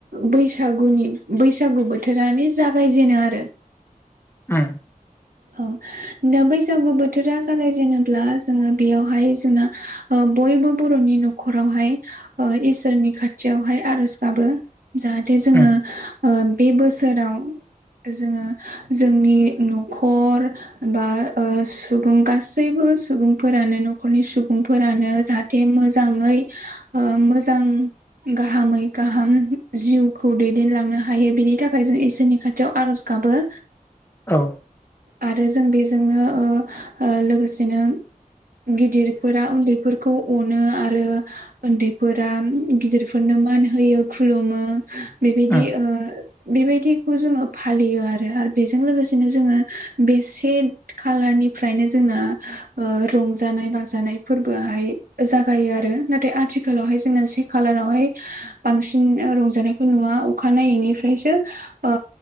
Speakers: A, on the right; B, on the left.
A: बैसागुनि उ बैसागु बोथोरानो जागायजेनो आरो
B: उम
A: औ दा बैसागु बोथोरा जागायजेनोब्ला जोंङो बेयावहाय जोंना ओ बयबो बर'नि न'खरावहाय ओ इसोरनि खाथियावहाय आर'ज गाबो। जाहाथे जोंङो
B: उम
A: ओ बे बोसोराव जोंङो जोंनि न'खर बा ओ सुबुं गासैबो सुबुंफोरानो न'खरनि सुबुं फोरानो जाहाथे मोजाङै ओ मोजां गाहामै गाहाम जिउखौ दैदेनलांनो हायो बिनि थाखाय जों इसोरनि खाथियाव आरज गाबो।
B: औ
A: आरो जों बेजोंनो ओ ओ लोगोसेनो गिदिरफोरा उन्दैफोरखौ अनो आरो उन्दैफोरा गिदिरफोरनो मान होयो खुलुमो। बेबायदि
B: उम
A: ओ बेबायदिखौ जोंङो फालियो आरो आरो बेजों लोगोसेनो जोंङो बे से कालारनि फ्रायनो जोंना ओ रंजानाय बाजानाय फोरबोहाय जागायो आरो नाथाय आथिखालावहाय जोंना जि खालारावहाय बांसिन ओं रंजानायखौ नुवा अखा नायैनि फ्रायसो ओ